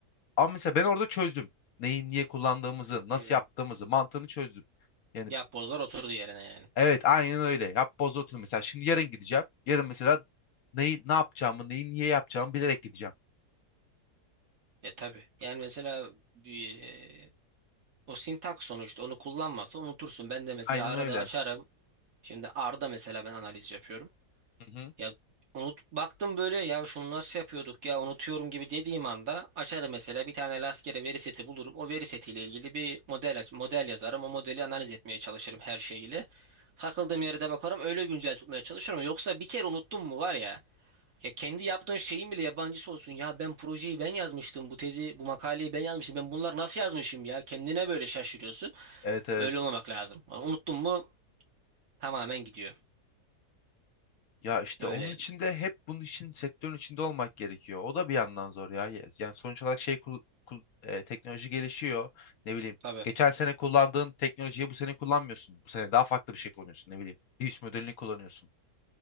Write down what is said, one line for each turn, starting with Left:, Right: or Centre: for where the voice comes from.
Left: Ama mesela ben orada çözdüm. Neyi niye kullandığımızı, nasıl
Right: Hmm.
Left: yaptığımızı, mantığını çözdüm. Yani
Right: Yapbozlar oturdu yerine yani.
Left: evet aynen öyle. Yap boz otur mesela. Şimdi yarın gideceğim. Yarın mesela neyi ne yapacağımı, neyi niye yapacağımı bilerek gideceğim.
Right: E tabii. Yani mesela bir, e, o sintak sonuçta onu kullanmazsa unutursun. Ben de mesela
Left: Aynen
Right: arada
Left: öyle.
Right: açarım. Şimdi R'da mesela ben analiz yapıyorum.
Left: Hı hı.
Right: Ya unut baktım böyle ya şunu nasıl yapıyorduk ya unutuyorum gibi dediğim anda açarım mesela bir tane rastgele veri seti bulurum. O veri setiyle ilgili bir model aç- model yazarım. O modeli analiz etmeye çalışırım her şeyiyle. Takıldığım yere de bakarım öyle güncel tutmaya çalışırım. Yoksa bir kere unuttum mu var ya ya kendi yaptığın şeyin bile yabancısı olsun. Ya ben projeyi ben yazmıştım. Bu tezi, bu makaleyi ben yazmıştım. Ben bunları nasıl yazmışım ya? Kendine böyle şaşırıyorsun.
Left: Evet evet.
Right: Öyle olmamak lazım. Yani unuttun mu tamamen gidiyor.
Left: Ya işte
Right: Öyle.
Left: onun için de hep bunun için sektörün içinde olmak gerekiyor. O da bir yandan zor ya. Yani sonuç olarak şey kul- kul- e, teknoloji gelişiyor. Ne bileyim.
Right: Tabii.
Left: Geçen sene kullandığın teknolojiyi bu sene kullanmıyorsun. Bu sene daha farklı bir şey kullanıyorsun. Ne bileyim. Bir üst modelini kullanıyorsun.